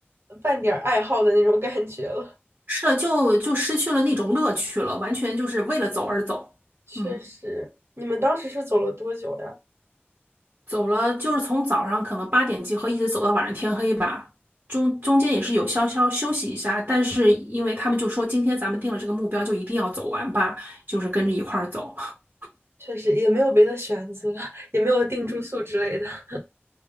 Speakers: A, on the right; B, on the right.
A: 半点儿爱好的那种感觉了。
B: 是的，就就失去了那种乐趣了，完全就是为了走而走。
A: 确实，
B: 嗯。
A: 你们当时是走了多久呀？
B: 走了，就是从早上可能八点集合，一直走到晚上天黑吧。中中间也是有稍稍休息一下，但是因为他们就说今天咱们定了这个目标，就一定要走完吧，就是跟着一块儿走。<laughs>
A: 确实也没有别的选择，也没有定住宿之类的。
B: 嗯，
A: <laughs>